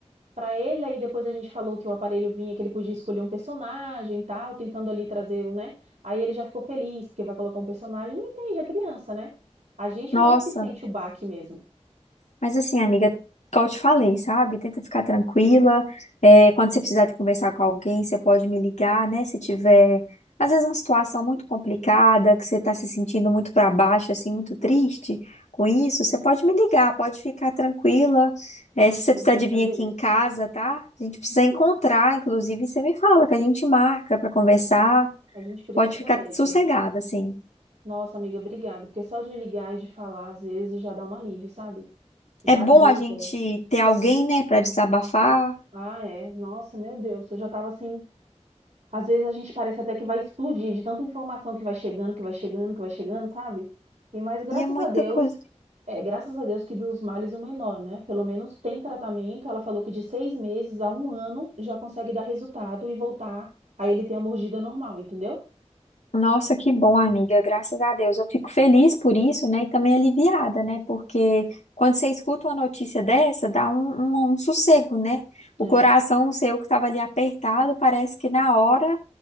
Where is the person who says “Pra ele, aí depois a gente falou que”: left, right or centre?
Right